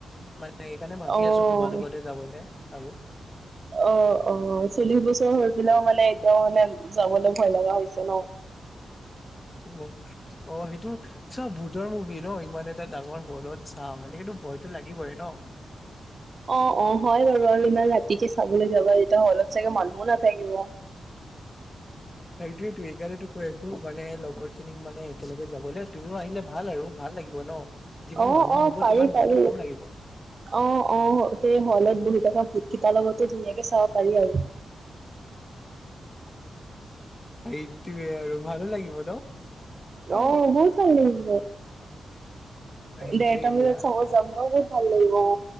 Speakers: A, on the left; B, on the right.
A: মানে। সেইকাৰণে ভাবি
B: অ
A: আছো তোমাৰ লগতে যাবলৈ আৰু।
B: অ', অ'চল্লিশ বছৰ হৈ পেলাইও মানে এতিয়াও মানে যাবলৈ ভয় লগা হৈছে ন?
A: উম, অ', সেইটো। চোৱা ভূতৰ মুভি ন ইমান এটা ডাঙৰ হলত চা মানে কিন্তু ভয়তটো লাগিবই ন।
B: অ', অ'হয় বাৰু আৰু ইমান ৰাতিকে চাবলৈ যাবা তেতিয়া হয় অলপ চাগে মানুহো নাথাকিব।
A: সেইটোয়েতো এইকাৰণো কৈ আছো মানে লগৰ খিনিক মানে একেলগে যাবলৈ তুমিও আহিলে ভাল আৰু ভাল লাগিব ন। যিমান
B: অ',
A: মানুহ
B: অ',
A: হ'ব
B: পাৰি
A: তিমান
B: পাৰি।
A: ভয়তো কম লাগিব।
B: অ', অ'সেই হলত বহি থকাকা ভূত কেইটাৰ লগতো ধুনীয়াকে চাব পাৰি আৰু।
A: সেইটোৱে আৰু ভালো লাগিব ন। কালি
B: অ', বহুত ভাল লাগিব।
A: সেইটোয়ে
B: দেৰটা
A: দিয়া
B: বজাত চাব যাম ন বহুত ভাল লাগিব অ'।